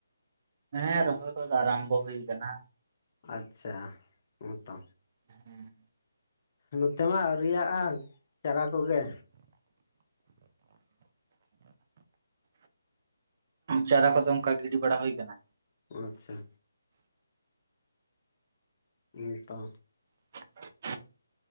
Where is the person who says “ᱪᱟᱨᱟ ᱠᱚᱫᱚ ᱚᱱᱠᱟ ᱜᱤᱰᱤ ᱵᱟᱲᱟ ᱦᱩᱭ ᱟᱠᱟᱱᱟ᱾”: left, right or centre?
Right